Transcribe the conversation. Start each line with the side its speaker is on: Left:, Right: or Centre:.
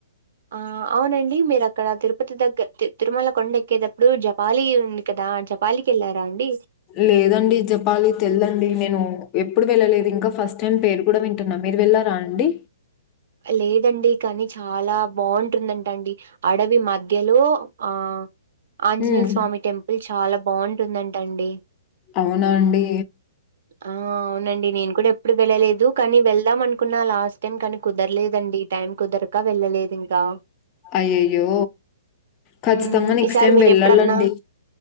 Right: ఆ అవునండి మీరు అక్కడ తిరుపతి దగ్గ తి తిరుమల కొండ ఎక్కేటప్పుడు జపాలి ఉంది కదా జపాలికెళ్లారా అండి.
Left: లేదండి చెప్పాలి తెల్దండి నేను ఎప్పుడు వెళ్ళలేదు ఇంకా ఫస్ట్ టైం పేరు కూడా వి న్నా మీరు వెళ్ళారా అండి
Right: లేదండి కానీ చాలా బాగుంటుందంట అండి అడవి మధ్యలో ఆ. ఆంజనేయ
Left: హ్మ్.
Right: స్వామి టెంపుల్ చాలా బావుంటుందంటండి.
Left: అవునా అండీ.
Right: ఆ అవునండి నేను కూడా ఎప్పుడు వెళ్ళలేదు కానీ వెళ్దాం అనుకున్నా లాస్ట్ టైం కను. కుదరలేదండి టైం కుదరక వెళ్ళలేదు ఇంకా.
Left: అయ్యయ్యో ఖచ్చితంగా
Right: హ్మ్.
Left: నెక్స్ట్
Right: ఈసారి
Left: టైం
Right: మీరెప్పుడన్నా
Left: వెళ్ళాలండి.